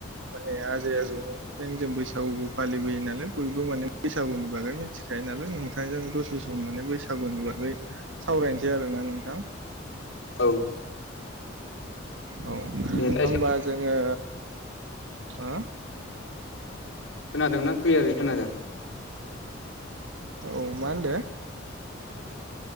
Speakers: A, on the right (about 75°); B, on the left (about 85°).
A: माने <unintelligible> जायजौमनिफ्रायनो जों बैसागु फालिबोयो नालाय बयबो माने बैसागुनि बागै मिथिखायो नालाय नोंथांजों दसे सम माने बैसागुनि बागै सावरायनो बि आरो ना नोंथां
B: औ
A: औ
B: नेटआ
A: होमबा
B: एसे
A: जोङो हो
B: खोनादों ना क्लियारै खोनादों
A: औ मा होनदों